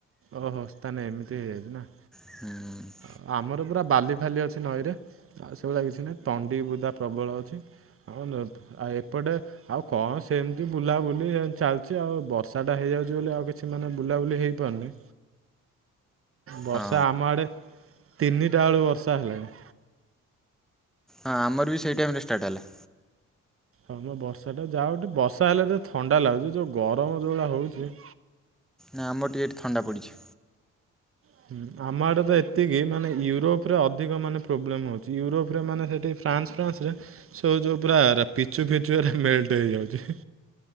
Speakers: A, on the right (about 45°); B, in the centre.
A: ଓହୋ ତାନେ ଏମିତି ହେଇଯାଇଛି ନା?
B: ହୁଁ।
A: ଆଉ ଆମର ପୁରା ବାଲି ଫାଲି ଅଛି ନଈରେ ଆଉ ସେଗୁଳିଆ କିଛି ନାହିଁ ତଣ୍ଡି ବୁଦା ପ୍ରବଳ ଅଛି। ଓ ଲୋ ଆଉ ଏପଟେ ଆଉ କଣ ସେମିତି ବୁଲାବୁଲି ଚାଲିଛି ଆଉ ବର୍ଷାଟା ହେଇଯାଉଛି ବୋଲି ଆଉ କିଛି ସେମାନେ ବୁଲାବୁଲି ହେଇପାରୁନି। ବର୍ଷା
B: ହଁ
A: ଆମ ଆଡେ ତିନିଟା ବେଳୁ ବର୍ଷା ହେଲାଣି।
B: ହଁ ଆମର ବି ସେଇ ଟାଇମ ରେ ଷ୍ଟାର୍ଟ ହେଲା।
A: ହଁମ ବର୍ଷା ଟା ଯାଉଠି ବର୍ଷା ହେଲେ ଯେ ଥଣ୍ଡା ଲାଗୁଛି ଯୋଉ ଗରମ ଯୋଉଭଳିଆ ହଉଛି।
B: ନାହି ଆମର ଟିକେ ଏଠି ଥଣ୍ଡା ପଡ଼ିଛି।
A: ହୁଁ ଆମ ଆଡେ ତ ଏତିକି ମାନେ ୟୁରୋପ ରେ ଅଧିକ ମାନେ ପ୍ରୋବ୍ଲେମ ହଉଛି ୟୁରୋପ ରେ ମାନେ ସେଠି ଫ୍ରାନ୍ସ ଫ୍ରାନ୍ସରେ ସବୁ ଯେଉଁ ପୁରା ପିଚୁ ଫିଚୁରେ ମେଲଟ ହେଇଯାଉଛି।